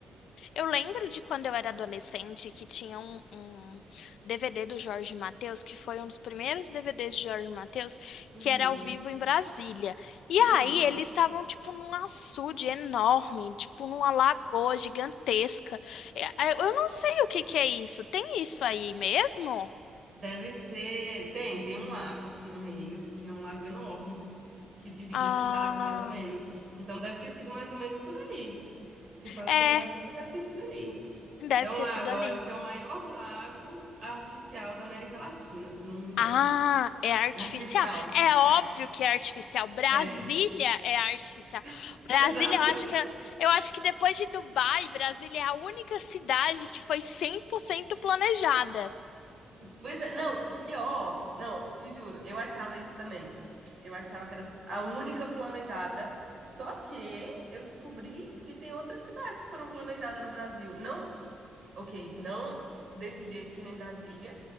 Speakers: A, on the left; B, on the right.
A: Eu lembro de quando eu era adolescente que tinha um, um DVD do Jorge Mateus, que foi um dos primeiros DVDs de Jorge Mateus,
B: Uhum,
A: que era ao vivo em Brasília. E
B: uhum.
A: aí eles estavam tipo num açude enorme, tipo numa lagoa gigantesca. É, é, Eu não sei o que que é isso. Tem isso aí mesmo?
B: Deve ser. Tem, tem um lago aqui no meio, que é um lago enorme, que divide
A: Ah,
B: a cidade, mais ou menos. Então deve ter sido mais ou menos por ali. Se fala
A: é,
B: que é Brasília, deve ter sido ali.
A: deve
B: É um
A: ter
B: lago,
A: sido
B: eu
A: ali.
B: acho que é o maior lago artificial da América Latina, se eu não me engano.
A: Ah, é artificial.
B: É artificial.
A: É óbvio
B: É,
A: que é artificial. Brasília
B: é,
A: é artificial.
B: <laughs>
A: Brasília,
B: exato.
A: eu acho que é- eu acho que depois de Dubai, Brasília é a única cidade que foi cem por cento planejada.
B: Pois é, não, pior, não, te juro, eu achava isso também. Eu achava que era a única planejada. Só que eu descobri que tem outras cidades que foram planejadas no Brasil. Não, ok, não desse jeito que nem Brasília,